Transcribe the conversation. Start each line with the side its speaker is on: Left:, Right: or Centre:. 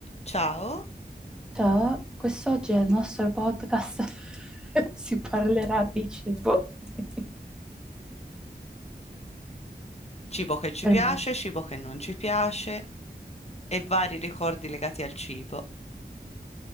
Left: Ciao,
Centre: Ciao, quest'oggi nel nostro podcast <laughs> si parlerà di cibo. <laughs>
Left: cibo che ci piace,
Centre: Per me.
Left: cibo che non ci piace e vari ricordi legati al cibo.